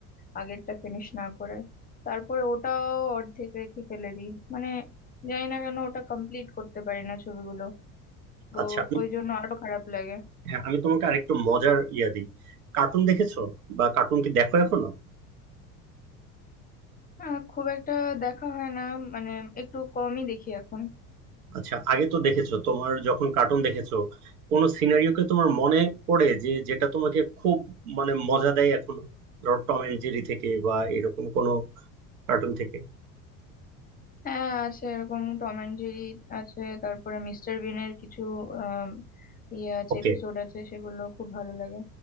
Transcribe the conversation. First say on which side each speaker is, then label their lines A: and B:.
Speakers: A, on the left; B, on the right.
A: আগেরটা ফিনিশ না করে তারপরে ওটাও অর্ধেক রেখে ফেলে দিই মানে জানি না কেন ওটা কমপ্লিট করতে পারি না ছবিগুলো তো
B: আচ্ছা আমি
A: ওই জন্য আরো খারাপ লাগে
B: হ্যাঁ আমি তোমাকে আরেকটু মজার ইয়া দিই কার্টুন দেখেছো বা কার্টুন কি দেখো এখনো
A: হ্যাঁ খুব একটা দেখা হয় না মানে একটু কমই দেখি এখন
B: আচ্ছা আগে তো দেখেছো তোমার যখন কার্টুন দেখেছো কোন সিনারিওকে তোমার মনে পড়ে যে যেটা তোমাকে খুব মানে মজা দেয় এখনো ধরো টম এন্ড জেরি থেকে বা এরকম কোন কার্টুন থেকে
A: হ্যাঁ আছে এরকম টম অ্যান্ড জেরি আছে তারপরে মিস্টার বিনের কিছু আম, ইয়ে আছে
B: ওকে
A: এপিসোড আছে সেগুলো খুব ভালো লাগে